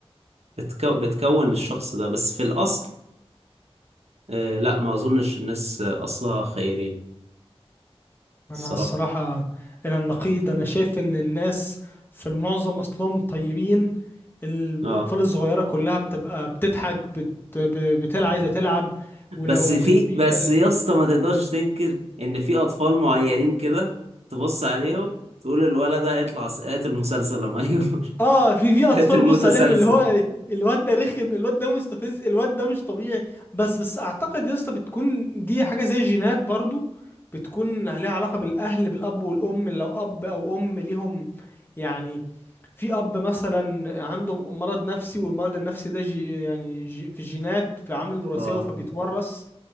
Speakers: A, on the right; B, on the left.
A: بتكو بتكون الشخص ده بس في الأصل آه، لا ما أظنش الناس أصلها خيرين
B: انا
A: الصراحة
B: الصراحة الى النقيض انا شايف ان الناس في المعظم اصلهم طيبين الاطفال
A: اه
B: الصغيرة كلها بتبقى بتضحك بت... ب- بتلعب عايزة تلعب ولو
A: بس في
B: البيئة
A: بس يا اسطى ما تقدرش تنكر ان في اطفال معينين كده تبص عليهم تقول الولد ده هيطلع س- قاتل مسلسل لما يكبر
B: اه في في
A: <laughs>
B: اطفال
A: قاتل متسلسل
B: بص عليهم اللي هو يعني الواد ده رخم الواد ده مستفز الواد ده مش طبيعي بس بس اعتقد يا اسطى بتكون دي حاجه زي جينات برضو بتكون لها علاقه بالاهل بالاب والام لو اب او ام ليهم يعني في اب مثلا عنده مرض نفسي والمرض النفسي ده جي يعني جي في الجينات في العوامل الوراثيه
A: اه
B: فبيتورث